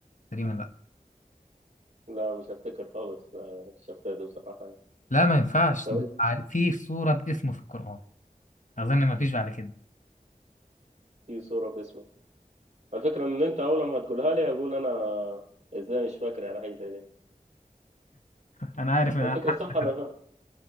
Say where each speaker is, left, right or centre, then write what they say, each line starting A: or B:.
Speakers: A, on the left; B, on the right.
A: تقريبا لا
B: لا مش هفتكر خالص آه، الشخصية دي بصراحة يعني
A: لا ما ينفعش
B: لو
A: ده
B: أنت
A: عار- في صورة باسمه في القرآن أظن ما فيش بعد كده
B: في صورة في اسمه الفكرة إن أنت أول ما هتقولها لي هقول أنا إزاي مش فاكر يعني حاجة زي دي
A: <laughs> أنا عارف إن
B: الفكرة
A: أنا حاسس
B: صح
A: إنك
B: أنا
A: هت-
B: أنا